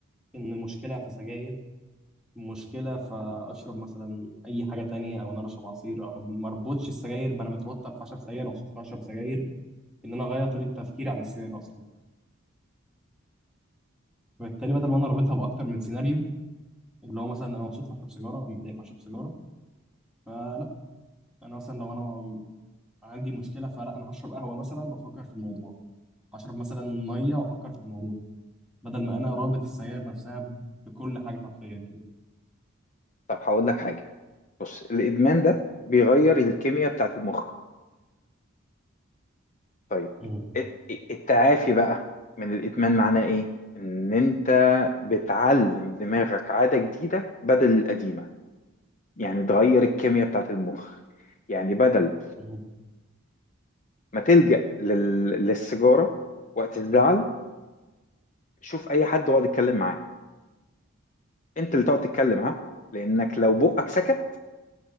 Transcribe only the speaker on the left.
طب هقول لك حاجة بص الإدمان ده
بيغير الكيمياء بتاعت المخ طيب
الت- التعافي بقى من الإدمان معناه إيه؟ إن أنت بتعلم دماغك عادة جديدة بدل القديمة يعني تغير الكيمياء بتاعت المخ يعني بدل
ما تلجأ لل... للسيجارة وقت الزعل شوف أي حد واقعد اتكلم معاه أنت اللي تقعد تتكلم ها لأنك لو بقك سكت